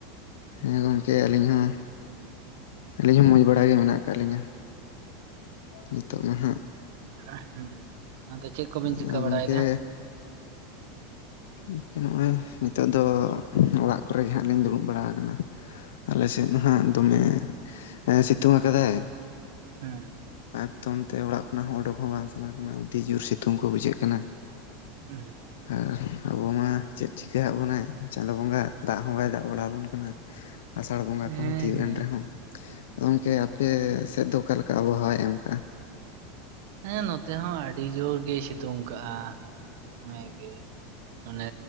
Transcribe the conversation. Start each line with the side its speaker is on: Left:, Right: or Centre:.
Left: ᱦᱮᱸ ᱜᱚᱝᱠᱮ ᱟᱹᱞᱤᱧ ᱦᱚᱸ᱾ ᱟᱞᱤᱧ ᱦᱚᱸ ᱵᱟᱲᱟ ᱜᱮ ᱢᱮᱱᱟᱜ ᱟᱠᱟᱫ ᱞᱤᱧᱟᱹ ᱱᱤᱛᱚᱜ ᱢᱟ ᱦᱟᱸᱜ ᱾
Right: ᱟᱦ ᱦᱩᱸ ᱟᱫᱚ ᱪᱮᱫ ᱠᱚᱵᱮᱱ
Left: ᱟᱫᱚ
Right: ᱪᱤᱠᱟᱹ ᱵᱟᱲᱟᱭᱮᱫᱟ
Left: ᱜᱚᱝᱠᱮ
Right: ᱾
Left: ᱜᱚᱢᱠᱮ ᱱᱚᱜᱼᱚᱭ ᱱᱤᱛᱚᱜ ᱫᱚ ᱚᱲᱟᱜ ᱠᱚᱨᱮ ᱜᱮ ᱦᱟᱸᱜ ᱞᱤᱧ ᱫᱩᱲᱩᱵ ᱵᱟᱲᱟ ᱟᱠᱟᱱᱟ ᱾ ᱟᱞᱮ ᱥᱮᱫ ᱢᱟ ᱱᱟᱷᱟᱜ ᱫᱚᱢᱮ ᱥᱤᱛᱩᱝ ᱟᱠᱟᱫᱟᱭ ᱾
Right: ᱦᱮᱸ
Left: ᱮᱠᱫᱚᱢ ᱛᱮ ᱚᱲᱟᱜ ᱠᱷᱚᱱᱟᱜ ᱦᱚᱸ ᱚᱰᱳᱠ ᱦᱚᱸ ᱵᱟᱝ ᱥᱟᱱᱟ ᱠᱟᱱᱟ ᱟᱹᱰᱤ ᱡᱳᱨ ᱥᱤᱛᱩᱝ ᱠᱚ ᱵᱩᱡᱷᱟᱹᱜ ᱠᱟᱱᱟ ᱾
Right: ᱦᱩᱸ᱾
Left: ᱟᱨ ᱟᱵᱚ ᱢᱟ ᱪᱮᱫ ᱪᱤᱠᱟᱹ ᱟᱜ ᱵᱚᱱᱟᱭ ᱪᱟᱸᱫᱳ ᱵᱚᱸᱜᱟ ᱫᱟᱜ ᱦᱚᱸ ᱵᱟᱭ ᱫᱟᱜ ᱵᱟᱲᱟ ᱟᱵᱚᱱ ᱠᱟᱱᱟ ᱾ ᱟᱥᱟᱲ ᱵᱚᱸᱜᱟ
Right: ᱦᱮᱸ
Left: ᱠᱚᱦᱚᱸ ᱾
Right: ᱦᱮᱸ
Left: ᱮᱱ ᱨᱮᱦᱚᱸ ᱟᱫᱚ ᱜᱚᱢᱠᱮ ᱟᱯᱮ ᱥᱮᱫ ᱫᱚ ᱚᱠᱟᱞᱮᱠᱟ ᱟᱵᱚᱦᱟᱣᱟᱭ ᱮᱢ ᱟᱠᱟᱟᱜᱼᱟ?
Right: ᱦᱮᱸ ᱱᱚᱛᱮ ᱦᱚᱸ ᱟᱹᱰᱤ ᱡᱳᱨ ᱜᱮᱭ ᱥᱤᱛᱩᱝ ᱠᱟᱜᱼᱟ ᱫᱚᱢᱮ ᱜᱮ ᱾ ᱚᱱᱮ